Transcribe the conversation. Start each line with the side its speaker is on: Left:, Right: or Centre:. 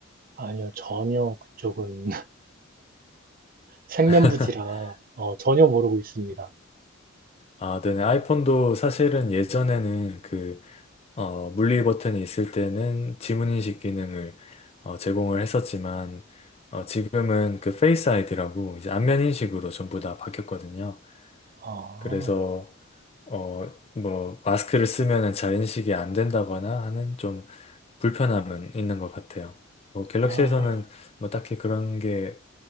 Right: 아니요, 전혀 그쪽은 생면부지라
Left: <laughs>
Right: 어, 전혀 모르고 있습니다.
Left: 아, 네네. 아이폰도 사실은 예전에는 그, 어, 물리 버튼이 있을 때는 지문인식 기능을 어, 제공을 했었지만, 어, 지금은 그 페이스 아이디라고 이제 안면 인식으로 전부 다 바뀌었거든요.
Right: 아,
Left: 그래서 어, 뭐, 마스크를 쓰면은 자인식이 안 된다거나 하는 좀 불편함은 있는 것 같아요. 뭐, 갤럭시에서는
Right: 아,
Left: 뭐 딱히 그런 게